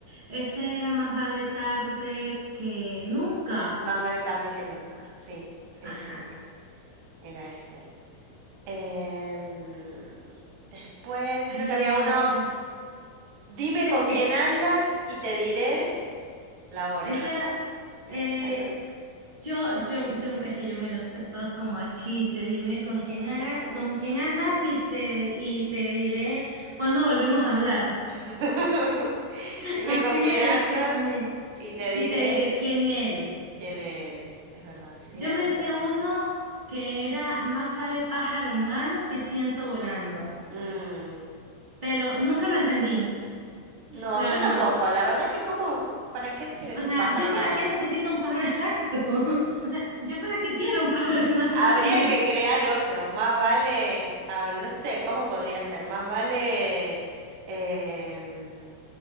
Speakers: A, on the right (about 45°); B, on the right (about 85°).
A: ese era más vale tarde que nunca,
B: Más vale tarde que nunca. Sí, sí,
A: ajá,
B: sí, sí. Era ese. Em, después
A: hay
B: creo que había
A: otro,
B: uno. Dime
A: ya
B: con
A: sé,
B: quién andas y te diré la hora.
A: ese
B: <laughs>
A: era, eh,
B: Nada que ver.
A: yo, yo, yo, es que yo me los sé todos como a chiste, dime con quién ara- con quién andas y te, y te diré cuándo volvemos a hablar.
B: <laughs> Dime
A: Así
B: con quién
A: me
B: andas
A: decían a mí.
B: y te diré
A: Y te diré quién eres.
B: quién eres. Es verdad. Dime
A: Yo me
B: con
A: sé
B: quién andas.
A: uno que era más vale pájaro en mano que ciento volando,
B: Mm,
A: pero nunca lo entendí,
B: No,
A: la
B: yo
A: verdad.
B: tampoco. La verdad que como, ¿para qué quieres
A: O sea,
B: un pájaro
A: ¿yo
B: en
A: para
B: la mano?
A: qué necesito un pájaro <laughs> exacto? O sea, ¿yo para qué quiero un pájaro en la
B: Habría
A: mano?
B: que crear otro, más vale, a no sé, ¿cómo podría ser? Más vale, em,